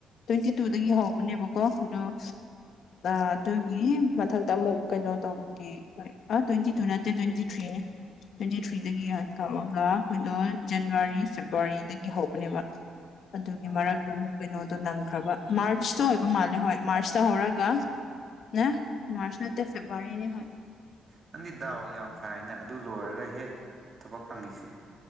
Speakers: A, on the left; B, on the right.
A: ꯇ꯭ꯋꯦꯟꯇꯤ ꯇꯨꯗꯒꯤ
B: ꯑꯣ
A: ꯍꯧꯕꯅꯦꯕ ꯀ ꯑꯣ ꯑꯗꯨꯒꯤ ꯃꯊꯛꯇ ꯑꯃꯨꯛ ꯀꯩꯅꯣ ꯇꯧꯕꯒꯤ ꯑꯩꯣꯏ ꯑꯗꯨ ꯇ꯭ꯋꯦꯟꯇꯤ ꯇꯨ ꯅꯠꯇꯦ ꯇ꯭ꯋꯦꯟꯇꯤ ꯊ꯭ꯔꯤꯅꯦ ꯇ꯭ꯋꯦꯟꯇꯤ ꯊ꯭ꯔꯤꯗꯒꯤ
B: ꯑꯣ
A: ꯀꯧꯔꯒ ꯑꯩꯈꯣꯏꯗꯣ ꯖꯅꯋꯥꯔꯤ ꯐꯦꯕꯋꯥꯔꯤꯗꯒꯤ ꯍꯧꯕꯅꯦꯕ ꯑꯗꯨꯒꯤ ꯃꯔꯛꯇ
B: ꯑꯣ
A: ꯑꯃꯨꯛ ꯀꯩꯅꯣ ꯑꯗꯨꯣ ꯅꯪꯈ꯭ꯔꯕ ꯃꯥꯔꯆꯇ ꯑꯣꯏꯕ ꯃꯥꯜꯂꯦ ꯍꯣꯏ ꯃꯥꯔꯆꯇ ꯍꯧꯔꯒ ꯅ ꯃꯥꯔꯆ ꯅꯠꯇ ꯐꯦꯕ꯭ꯔꯋꯥꯔꯤꯅꯦ ꯍ
B: ꯅꯪꯗꯤ ꯗꯥꯎ ꯌꯥꯝ ꯐꯥꯏꯅ ꯑꯗꯨ ꯂꯣꯏꯔꯒ ꯍꯦꯛ ꯊꯕꯛ ꯐꯪꯉꯤꯁꯤ